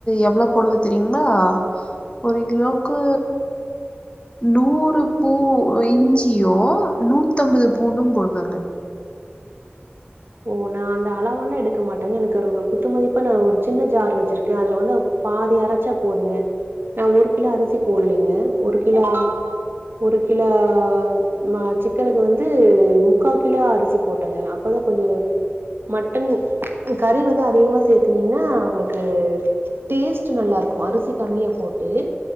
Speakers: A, on the left (about 25°); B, on the right (about 60°).
A: எவ்ளோ போடுவ தெரியுங்களா ஒரு கிலோக்கு. நூறு பூ இஞ்சியு நூத்தம்பது பூண்டு போடுவாங்க
B: ஓ நா அந்த அளவெல்லா எடுக்க மாட்டே எனக்கு ஒரு குத்துமதிப்பா நா ஒரு சின்ன ஜார் வச்சிருக்கே அதுல வந்து பாதி அரைச்சா போதுங்க நா ஒரு கிலோ அரிசி போடலீங்க ஒரு கிலோ ஒரு கிலோ மா சிக்கனுக்கு வந்து முக்கா கிலோ அரிசி போட்டங்க அப்பதா கொஞ்சொ மட்டன் கறி வந்து அதிகமா சேர்த்துனீங்கன்னா உங்களுக்கு டேஸ்ட் நல்லாருக்கு அரிசி கம்மியா போட்டு